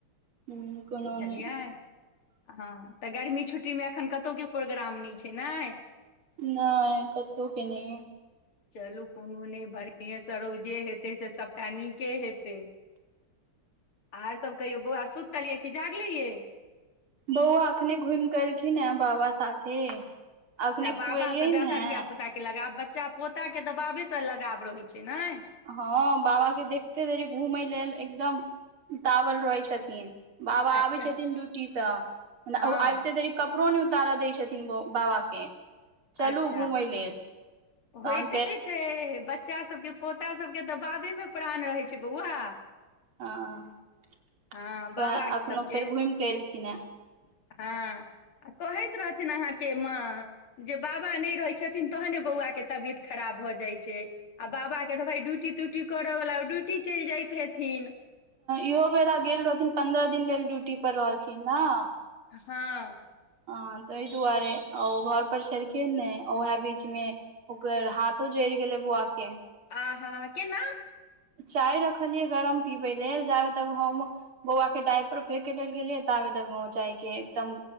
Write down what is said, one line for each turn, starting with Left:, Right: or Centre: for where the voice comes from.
Right: हूँ कोनो
Left: बुझलियै
Right: नहि
Left: हऽ तऽ गर्मी छुट्टी में एखन कतौ केँ प्रोग्राम नै छै नै
Right: नै कतौ कऽ नै
Left: चलू कोनो नै बढ़िए स रहूँ जे हेतै से सब टा नीके हेतै <inaudible> आर सब कहियो बौआ सुतलियै कि जागलेै यऽ
Right: बौआ अखने घुम कऽ ऐलखी हन बाबा साथे
Left: अच्छ
Right: अखने
Left: बाबा
Right: खुएलियैन
Left: स ज्यादा
Right: हे
Left: धिय पुताे लगाब बच्चा पोता केँ तऽ बाबे स लगाब रहै छै नै
Right: हँ बाबा केँ देखते देैरी घूमै लेल एकदम <inaudible> उतावल रहै छथिन बाबा
Left: अच्छा
Right: आबे छथिन ड्यूटी स <inaudible>
Left: हँ
Right: आबिते देरी कपड़ो नै उतार दै छथिन ब बाबा केँ <inaudible> चलू
Left: अच्छा
Right: घुमै लेल तहन
Left: होइते
Right: फेर
Left: छै बच्चा सभ केँ पोता सभ केँ तऽ बाबे में प्राण रहैत छै बौआ
Right: हऽ
Left: हँ बाबा
Right: <inaudible> अखनो
Left: सबके
Right: फेर घुम केऽ एलखिन हे
Left: <unintelligible> आ कहैत रहथिन अहाँकेँ माँ जे बाबा नै रहैत छथिन तहने बौआ केँ तबियत खराब भऽ जाइ छै आ बाबा केँ तऽ भइ डूटी टूटी ड्यूटी कर वला ओ ड्यूटी चैल जाइत हेथिन
Right: इहो बेरा गेल रहथिन पन्द्रह दिन लेल ड्यूटी पर रहलखिन न
Left: हँ
Right: ह तैय दुआरे ओ घर पर छलखिन नै उहै बीच में ओकर हथो जैर गेलै बौआ केँ
Left: आ हाँ केना
Right: चाय रखलियै गरम पीबै लेल जाब तक हम बौआ केँ डइपर फेेकके लेल गेलै ताबे तक फेकेँ लेल एकदम